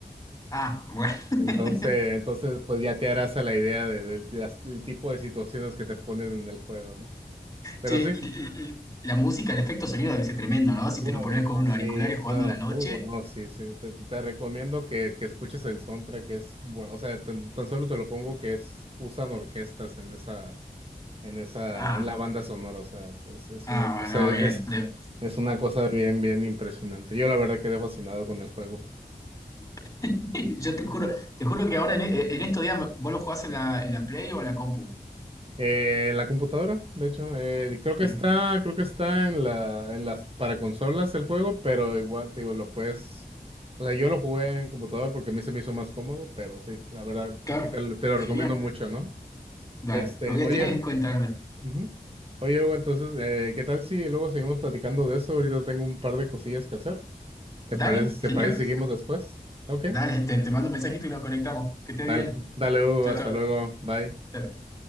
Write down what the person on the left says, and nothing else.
Ah, bueno. <laughs>
Che,
y, y- y la música, el efecto sonido debe ser tremendo, ¿no? Si
te lo pones con
unos
auriculares
jugando a la noche.
Ah,
ah,
bueno,
bien. De-
<laughs> Yo te juro, te juro que ahora en, e- en estos días vos lo jugás en la, en la Play o en la compu.
Bien.
Claro,
genial.
Dale,
lo voy
a tener en cuenta. Hernán.
Dale,
genial.
Dale, te, te mando un mensajito y nos conectamos. Que estés
bien.
Chao,
chao. Dale.
Chao, chao.